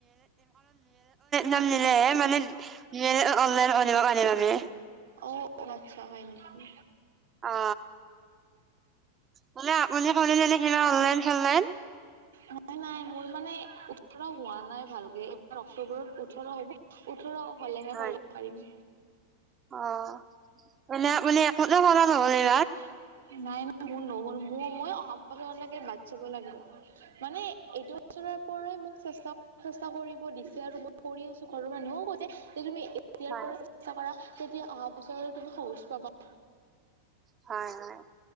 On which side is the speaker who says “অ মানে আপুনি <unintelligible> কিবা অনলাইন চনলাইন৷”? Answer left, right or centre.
Right